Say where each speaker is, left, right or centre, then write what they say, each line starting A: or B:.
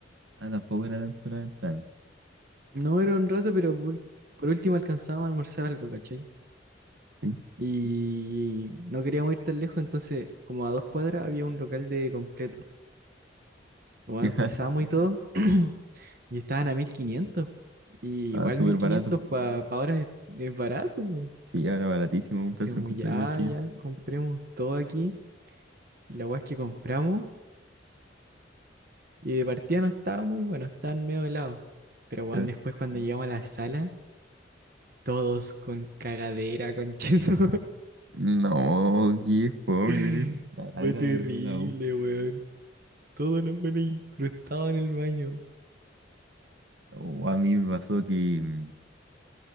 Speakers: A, on the right; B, on the right.
A: Ah, tampoco era tanto la ventana.
B: No era un rato, pero por, ul- por último alcanzábamos a almorzar algo, ¿cachai?
A: ¿Sí? <laughs>
B: Y no queríamos ir tan lejos, entonces como a dos cuadras había un local de completo. Bueno,
A: Ya.
B: pasamos y todo <clears throat> y estaban a 1500. po. Y
A: Ah,
B: igual
A: súper
B: mil
A: barato.
B: quinientos para ahora es, es barato. po.
A: Sí, ahora baratísimo comprarse
B: Dijimos,
A: un completo
B: ya,
A: mil quinientos
B: ya, compremos todo aquí. Y la weá es que compramos. Y de partida no estaba muy bueno, estaban medio helados. Pero bueno,
A: Ya.
B: después cuando llegamos a la sala, todos con cagadera, con cheto.
A: No, qué fome
B: <laughs>
A: tener cagadera
B: Fue terrible,
A: en la U.
B: weón. Todos los buenos incrustados en el baño.
A: O a mí me pasó que, mm,